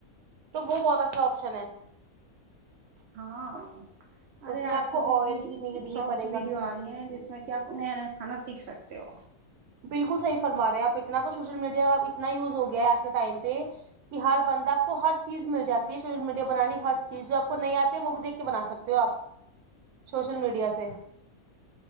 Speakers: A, on the right (about 85°); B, on the right (about 65°).
A: تو وہ بہت اچھا آپشن ہے
B: ہاں ارے
A: اس میں
B: آج
A: آپ کو
B: کل تو
A: آئل
B: اتنی
A: بھی نیڈ نہیں
B: شارٹس
A: پڑے گا
B: ویڈیو
A: کسی
B: آ
A: چیز
B: رہی ہیں
A: کی
B: جس میں کہ آپ نیا نیا کھانا سیکھ سکتے ہو
A: بالکل صحیح فرمارہے آپ اتنا تو سوشل میڈیا کا اب اتنا یوز ہو گیا ہے آج کے ٹائم پہ کہ ہر بندہ آپ کو ہر چیز مل جاتی ہے سوشل میڈیا بنانی ہر چیز جو آپ کو نہیں آتی ہے وہ بھی دیک کے بنا سکتے ہو آپ سوشل میڈیا سے